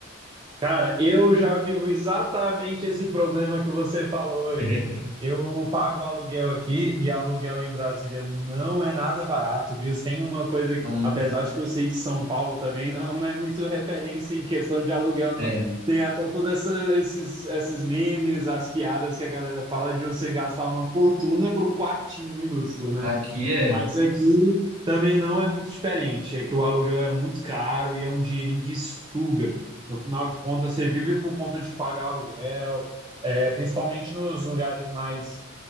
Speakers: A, on the right; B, on the right.
A: Cara, eu já vivo exatamente esse problema que você falou aí.
B: <laughs>
A: Eu pago aluguel aqui e aluguel em Brasília não é nada barato, viu? Tem uma coisa,
B: Caramba.
A: apesar de que eu sei que São Paulo também não, não é muito <laughs> referência em questão de aluguel, não.
B: É.
A: Tem até todos esses, esses memes, as piadas que a galera fala de você gastar uma fortuna por um quartinho minúsculo, né?
B: Aqui é,
A: Mas aqui também não é muito diferente. É que o aluguel é muito caro e é um dinheirinho que suga. No final de contas, você vive por conta de pagar aluguel, é, principalmente nos lugares mais